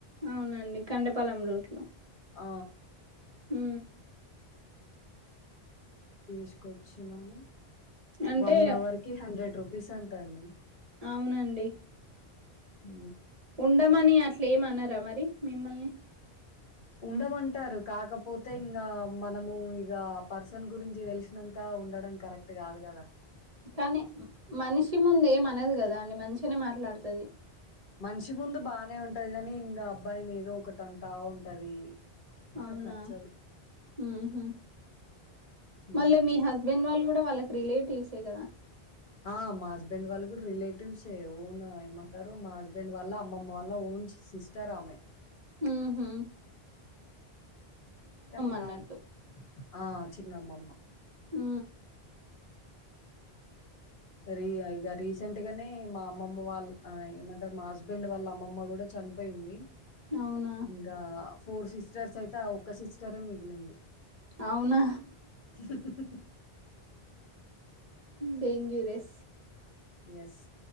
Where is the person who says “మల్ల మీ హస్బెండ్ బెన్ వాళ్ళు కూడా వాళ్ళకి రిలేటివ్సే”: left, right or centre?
Right